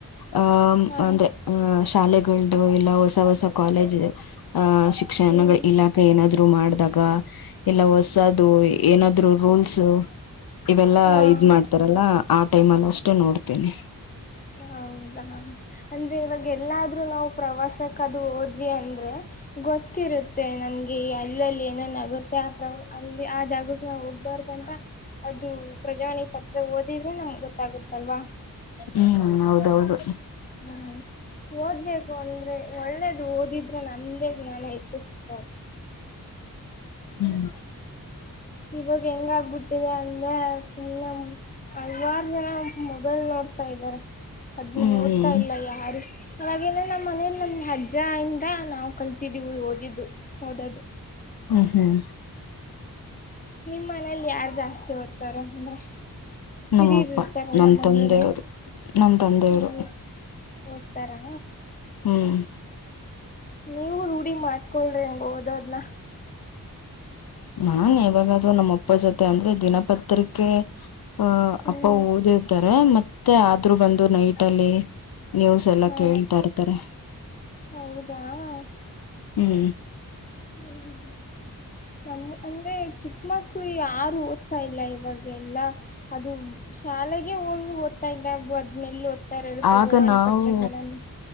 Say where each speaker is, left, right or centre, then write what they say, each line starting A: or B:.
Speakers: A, on the left (about 75°); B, on the left (about 25°).
A: ಅ
B: ಹ
A: ಅಂದ್ರೆ ಅ ಶಾಲೆಗಳ್ದ ಇಲ್ಲ ಹೊಸ ಹೊಸ ಕಾಲೇಜ್ಹ ಶಿಕ್ಷಣಗಳ
B: ಹ್ಮ್
A: ಇಲಾಖೆ ಏನಾದ್ರು ಮಾಡ್ದ ಎಲ್ಲ ಅದು ಏನಾದ್ರು ರೂಲ್ಸ್ ಇವೆಲ್ಲಾ
B: ಹಾ
A: ಇದ ಮಾಡ್ತಾರಲ್ಲ ಆ ಟೈಮ್ ಅಲ್ಲಿ ಅಷ್ಟೇ ನೋಡ್ತೀನಿ
B: ಹೌದಾ ಅಂದ್ರೆ ಇವಾಗ ಎಲ್ಲಾದ್ರೂ ನಾವು ಪ್ರವಾಸಕ್ಕ ಅದು ಹೋದ್ವಿ ಅಂದ್ರೆ ಗೊತ್ತಿರ ಇರುತ್ತೆ ನಮ್ಗೆ ಅಲ್ಲಲ್ಲಿ ಏನೇನ್ ಆಗುತ್ತೆ ಆ ಪ್ರ ಅಲ್ಲಿ ಆ ಜಾಗಕ್ ನಾವ್ ಹೋಗ್ಬಾರ್ದಂತ ಅದು ಪ್ರಜಾವಾಣಿಿಗೆ ಪತ್ರ ಓದಿದ್ರೆ ನಮ್ಗ್ ಗೊತ್ತಾಗುತ್ತಲ್ವಾ
A: ಹ್ಮ್ ಹೌದೌದು
B: ಹ್ಮ್ ಓದ್ಬೇಕು ಅಂದ್ರೆ ಒಳ್ಳೇದು ಓದಿದ್ರೆ ನಮ್ದೇ ಜ್ಞಾನ ಹೆಚ್ಚಿಸುತ್ತೆ ಅಷ್ಟೆ <inaudible>
A: ಹ್ಮ್
B: ಇವಕ್ಕೆ ಎಂಗಾ ಬಿಟ್ಟಿದೆ ಅಂತನ್ನ ಹಲವಾರು ಜನ ಮೊಬೈಲ್ ನೋಡ್ತಾ ಇದ್ದಾರೆ ಅದ್ನ್ನು
A: ಹ್ಮ್
B: ಓದ್ತಾ
A: ಹ್ಮ್
B: ಇಲ್ಲ ಯಾರು ಹಾಗೆನೆ ನಮ್ಮ್ ಮನೇಲಿ ನಮ್ ಅಜ್ಜ ಇಂದ ನಾವು ಕಲ್ತಿದ್ದೀವು ಓದಿದ್ದು ಓದದು
A: ಹ್ಮ ಹ್ಮ್
B: ನಿಮ್ಮ್ ಮನೇಲಿ ಯಾರ್ು ಜಾಸ್ತಿ ಓದ್ತಾರ ಅಂದ್ರೆ
A: ನಮ್ಮಪ್ಪ
B: ಹಿರಿಯರು ಇರ್ತಾರಲ್ಲ
A: ನಮ್
B: ಮನೆಯಲ್ಲಿ
A: ತಂದೆಯವರು ನಮ್ ತಂದೆಯವರು
B: ಹೌದು ಓದ್ತಾರಾ
A: ಹ್ಮ್
B: ನೀವು ರೂಢಿ ಮಾಡ್ಕೊಳ್ರಿ ಹೆಂಗ ಹೋದದನ
A: ನಾನ್ ಇವಾಗ್ ಅಂದ್ರೆ ನಮ್ಮಪ್ಪನ ಜೊತೆ ಅಂದ್ರೆ ದಿನಪತ್ರಿಕೆ ಹ
B: ಹ್ಮ್
A: ಅಪ್ಪ ಓದಿರ್ತಾರೆ ಮತ್ತೆ ಆದ್ರೂ ಬಂದು ನೈಟ ಅಲ್ಲಿ ನೀವಸ್ ಎಲ್ಲಾ
B: ಹಾ
A: ಕೇಳ್ತಾ ಇರ್ತಾರೆ
B: ಹೌದಾ
A: ಹ್ಞ
B: ಹ್ಮ್ಮ <unintelligible> ನಮ ಅಂದ್ರೆ ಚಿಕ್ಕಮಕ್ಕಳ ಯಾರು ಓದ್ತಾ ಇಲ್ಲ ಇವಾಗ ಎಲ್ಲಾ ಅದು ಶಾಲೆಗೆ ಹೋಗ ಓದ್ತ ಇಲ್ಲ ಅದ್ನೆಲ್ಲಿ ಓದ್ತಾರೆ ಹೇಳು ಪ್ರಜಾವಾಣಿ
A: ಆಗ ನಾವು
B: ಪತ್ರಿಕೆಗಳನ್ನು